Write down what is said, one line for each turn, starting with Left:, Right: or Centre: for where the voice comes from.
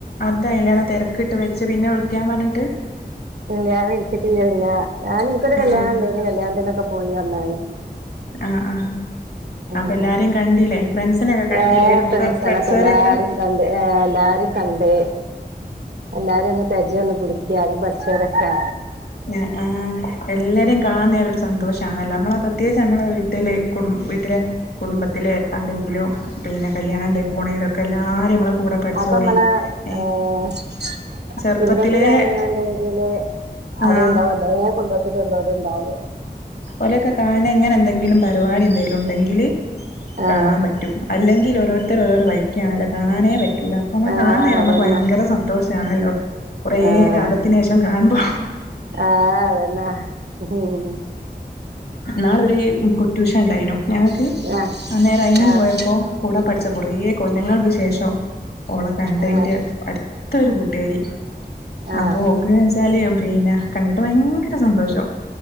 Left: അതാല്ലേ തെരക്കിട്ട് വെച്ച് പിന്നെ വിളിക്കാ പറഞ്ഞിട്ട്
Right: ഞാൻ വിളിച്ചിട്ടില്ല പിന്നെ ഞാൻ ഇനിക്കൊരു
Left: ആ
Right: കല്യാണം ഇണ്ടോ ഇന് കല്യാണത്തിനൊക്കെ പോയി അന്ന
Left: ആഹ് ആഹ്
Right: ആഹ്
Left: അപ്പൊ എല്ലാരേ കണ്ടില്ലേ ഫ്രണ്ട്സിനെൊക്കെ കണ്ടീലേ
Right: ഏഹ്
Left: കൂടെ
Right: ഫ്രണ്ട്സളൊക്കെ
Left: പഠിച്ചവരെക്കെ
Right: എല്ലാരിം കണ്ട് എല്ലാരിം കണ്ട് എല്ലാരിം ഒന്ന് പരിചയം ഒന്ന് പുതുക്കി ആദ്യം പഠിച്ചി ചൊരക്കെ
Left: ന ആഹ് എല്ലരിം കാണാ ഒരു സന്തോഷണല്ലോ നമ്മളെ പ്രത്യേകിച്ച് നമ്മളെ വീട്ടിലെ കു വീട്ടിലെ കുടുംബത്തിലെ ആരെങ്കിലും പിന്നെ കല്യാണണ്ട പോണേയിലൊക്കെ എല്ലാരും നമ്മളെ കൂടെ പഠിച്ചോര്
Right: അപ്പ മ്മളെ
Left: ഏഹ്
Right: ആഹ്
Left: ചെറുപ്പത്തിലേ
Right: കുടുംബത്തില രതിയില്
Left: ആഹ്
Right: അതും ഉണ്ടാവുംല്ലേ കുടുംബത്തിലള്ളരു ഉണ്ടാവു
Left: ഓലെക്കെ കാണ ഇങ്ങനെ എന്തെങ്കിലും പരിപാടി എന്തെങ്കിലും ഉണ്ടെങ്കില്
Right: ആഹ്
Left: കാണാൻ പറ്റൂ അല്ലെങ്കിൽ ഓരോരുത്തർ ഓരോർ വായിക്കുകണല്ല കാണാനേ പറ്റൂല അമ്മ
Right: ആഹ്
Left: കാണുന്നരംമമ്മക്ക്
Right: അതന്നെ
Left: ഭയങ്കര സന്തോഷമാണല്ലോ കൊറ
Right: ആഹ്
Left: കാലത്തിന് ശേഷം കാണുമ്പോ
Right: ആഹ് അതന്നെ <unintelligible>
Left: ഇന്നാളൊര് കുട്ടൂഷ ണ്ടായിനു ഞങ്ങൾക്ക്
Right: ആഹ്
Left: അന്നേരം അയിന്
Right: ആഹ്
Left: പോയപ്പോ കൂടെ പഠിച്ച കൊറേ കൊല്ലങ്ങൾക്ക് ശേഷം ഓള കണ്ടേയ്ന്റെ
Right: ആഹ്
Left: അടുത് ഇത്ത ഒരു കൂട്ടുകാരി
Right: ആഹ്
Left: അപ്പൊ ഓക്കച്ചാല് പിന്നെ കണ്ടിട്ട് ഭയങ്കര സന്തോഷം